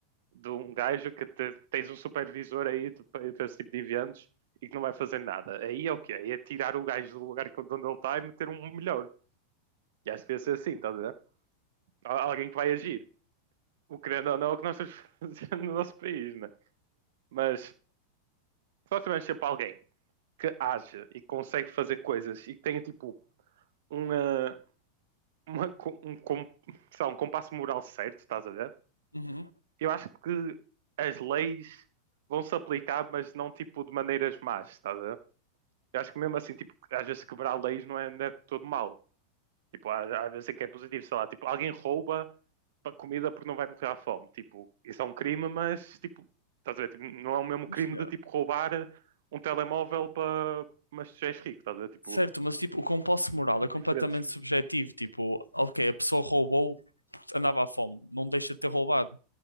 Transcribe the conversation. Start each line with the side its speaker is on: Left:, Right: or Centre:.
Right: de um gajo que te- tens um supervisor aí de- para esse tipo de eventos e que não vai fazer nada. Aí é o quê? Aí é tirar o gajo do lugar que- de onde ele está e meter um melhor. E acho que devia ser assim, estás a ver? Alguém que vai agir. O querendo ou não é o que nós estamos <laughs> fazendo no nosso país, né? Mas se nós tivermos sempre alguém que age e consegue fazer coisas e que tenha tipo uma, uma co- um, sei lá, um compasso moral certo, estás a ver?
Left: Uhum.
Right: Eu acho que as leis vão se aplicar, mas não tipo de maneiras más, estás a ver? Eu acho que mesmo assim, tipo, às vezes quebrar leis não é, não é todo mal. Tipo, às, vezes é que é positivo, sei lá, tipo, alguém rouba pa- comida porque não vai morrer à fome. Tipo, isso é um crime, mas, tipo, estás a ver? Tipo, não é o mesmo crime
Left: Imagina.
Right: de, tipo, roubar um telemóvel para... Mas tu já és rico, estás a ver? Tipo,
Left: Certo, mas tipo, o compasso moral
Right: diferentes.
Left: é completamente subjetivo. Tipo, ok, a pessoa roubou porque andava à fome, não deixa de ter roubado.